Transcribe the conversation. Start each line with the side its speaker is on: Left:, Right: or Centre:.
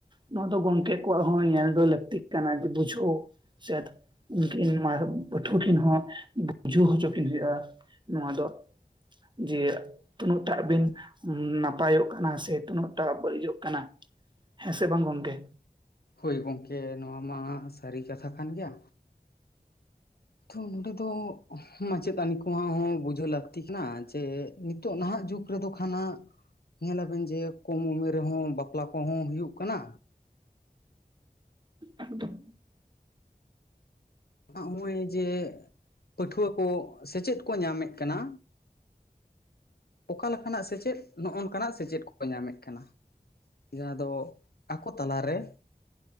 Right: ᱱᱚᱣᱟ ᱫᱚ ᱜᱚᱢᱠᱮ ᱠᱚᱣᱟᱜ ᱦᱚᱸ ᱧᱮᱞ ᱫᱚ ᱞᱟᱹᱠᱛᱤᱜ ᱠᱟᱱᱟ ᱡᱮ ᱵᱩᱡᱷᱟᱹᱣ᱾ ᱥᱮᱫ ᱩᱝᱠᱤᱱ ᱢᱟᱨ ᱯᱟᱹᱴᱷᱩᱣᱟᱹ ᱠᱤᱱ ᱦᱚᱸ ᱵᱩᱡᱷᱟᱹᱣ ᱦᱚᱪᱚ ᱠᱤᱱ ᱦᱳᱭᱳᱜ-ᱟ᱾ ᱱᱚᱣᱟ ᱫᱚ ᱡᱮ᱾ ᱛᱤᱱᱟᱹᱜᱴᱟᱜ ᱵᱤᱱ ᱱᱟᱯᱟᱭᱚᱜ ᱠᱟᱱᱟ ᱥᱮ ᱛᱤᱱᱟᱹᱜᱴᱟᱜ ᱵᱟᱲᱤᱡᱚᱜ ᱠᱟᱱᱟ᱾ ᱦᱮᱸ ᱥᱮ ᱵᱟᱝ ᱜᱚᱢᱠᱮ᱾
Left: ᱦᱳᱭ ᱜᱝᱢᱠᱮ ᱱᱚᱣᱟ ᱢᱟ ᱥᱟᱨᱤ ᱠᱟᱛᱷᱟ ᱠᱟᱱ ᱜᱮᱭᱟ᱾ ᱛᱷᱚ ᱱᱚᱰᱮ ᱫᱚ ᱢᱟᱪᱮᱛᱟᱱᱤ ᱠᱚᱦᱚᱸ ᱵᱩᱡᱷᱟᱹᱣ ᱞᱟᱠᱛᱤ ᱠᱟᱱᱟ ᱡᱮ᱾ ᱱᱤᱛᱳᱜ ᱱᱟᱦᱟᱜ ᱡᱩᱜᱽ ᱨᱮᱫᱚ ᱠᱷᱟᱱ ᱦᱟᱸᱜ᱾ ᱧᱮᱞᱟᱵᱮᱱ ᱡᱮ ᱠᱚᱢ ᱩᱢᱮᱨ ᱨᱮᱦᱚᱸ ᱵᱟᱯᱞᱟ ᱠᱚᱦᱚᱸ ᱦᱩᱭᱩᱜ ᱠᱟᱱᱟ᱾
Right: ᱮᱠᱫᱚᱢ
Left: ᱱᱚᱜᱚᱭ ᱡᱮ ᱯᱟᱹᱴᱷᱩᱣᱟᱹ ᱠᱚ ᱥᱮᱪᱮᱫ ᱠᱚ ᱧᱟᱢᱮᱜ ᱠᱟᱱᱟ᱾ ᱚᱠᱟ ᱞᱮᱠᱟᱱᱟᱜ ᱥᱮᱪᱮᱫ ᱱᱚᱜ ᱱᱚᱠᱟᱱᱟᱜ ᱥᱮᱪᱮᱫ ᱠᱚ ᱧᱟᱢᱮᱜ ᱠᱟᱱᱟ᱾ ᱡᱟᱸᱦᱟ ᱫᱚ ᱟᱠᱚ ᱛᱟᱞᱟᱨᱮ᱾